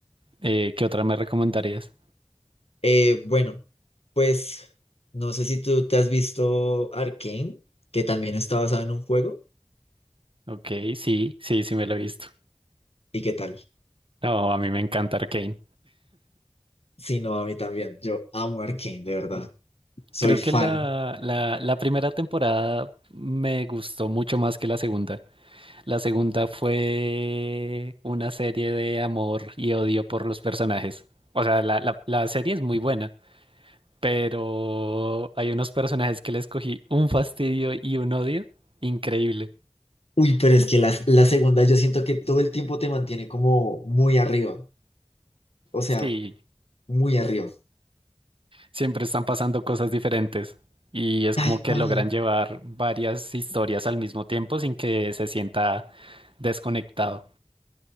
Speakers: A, on the right (about 55°); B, on the left (about 75°).
A: Eh, ¿qué otra me recomendarías?
B: Eh, bueno, pues no sé si tú te has visto Arcane, que también está basado en un juego.
A: Ok, sí, sí, sí me lo he visto.
B: ¿Y qué tal?
A: No, a mí me encanta Arcane.
B: Sí, no, a mí también. Yo amo Arcane, de verdad. Soy
A: Creo
B: fan.
A: que la, la, la primera temporada me gustó mucho más que la segunda. La segunda fue una serie de amor y odio por los personajes. O sea, la, la, la serie es muy buena, pero hay unos personajes que les cogí un fastidio y un odio increíble.
B: Uy, pero es que la, la segunda yo siento que todo el tiempo te mantiene como muy arriba. O sea,
A: Sí,
B: muy arriba.
A: siempre están pasando cosas diferentes. Y es
B: Tal
A: como que
B: cual.
A: logran llevar varias historias al mismo tiempo sin que se sienta desconectado.